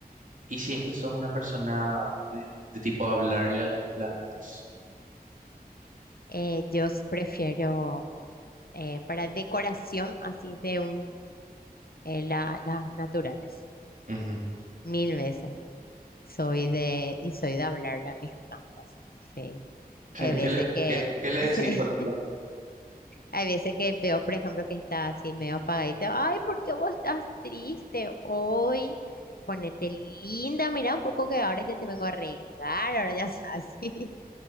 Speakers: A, on the right (about 55°); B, on the left (about 70°).
A: Y si es que sos una persona de, de tipo hablarle a tus plantas.
B: eh, yo s- prefiero eh, para decoración así de un eh, la- las naturales,
A: Ujú.
B: mil veces. Soy de y soy de hablarle a mis plantas. Sí,
A: Sí,
B: hay veces
A: ¿Qué le,
B: que
A: qué, qué le
B: <laughs>
A: decís, por ejemplo?
B: sí, hay veces que veo, por ejemplo, que está así medio apagadita. Ay, ¿por qué vos estás triste hoy? Ponete linda, mira un poco que ahora ya te vengo a regar, ahora ya <laughs> así.